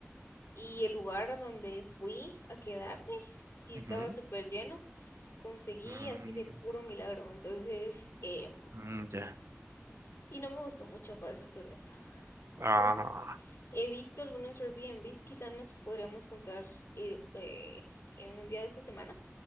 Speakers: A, on the left; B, on the right.
A: y el lugar a donde fui a quedarme, sí
B: Ujú.
A: estaba súper lleno. Conseguí
B: Mm,
A: así de puro milagro. Entonces, eh,
B: mm, ya.
A: y no me gustó mucho, para serte honesta. Entonces,
B: Ah,
A: he visto algunos Airbnbs, quizás nos podríamos juntar eh, eh, en un día de esta semana